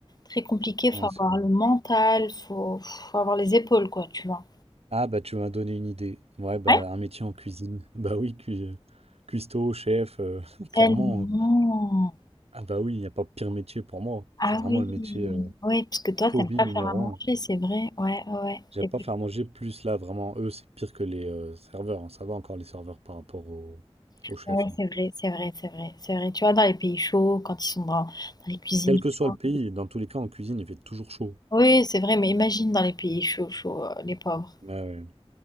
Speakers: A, on the left; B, on the right.
A: Très compliqué, faut
B: ouais,
A: avoir
B: c'est vrai.
A: le mental, faut, faut avoir les épaules, quoi, tu vois.
B: Ah, bah, tu m'as donné une idée. Ouais, bah,
A: Ouais.
B: un métier en cuisine. <laughs> Bah oui, cu- euh, cuistot, chef, euh, <laughs> clairement.
A: Tellement.
B: euh. Ah, bah oui, il n'y a pas pire métier pour moi.
A: Ah
B: C'est vraiment
A: oui,
B: le métier euh,
A: oui, parce que toi,
B: phobie
A: t'aimes pas
B: numéro
A: faire à manger,
B: un.
A: c'est vrai. Ouais, ouais,
B: J'aime
A: ouais.
B: pas faire manger plus là, vraiment. Eux, c'est pire que les euh, serveurs. hein. Ça va encore les serveurs par rapport au, au chef.
A: Oui,
B: hein.
A: c'est vrai, c'est vrai, c'est vrai, c'est vrai. Tu vois, dans les pays chauds, quand ils sont dans, dans les cuisines.
B: Quel que soit
A: froides.
B: le pays, dans tous les cas, en cuisine, il fait toujours chaud.
A: Oui, c'est vrai, mais imagine dans les pays chauds, chauds, euh, les pauvres.
B: Ouais, ouais.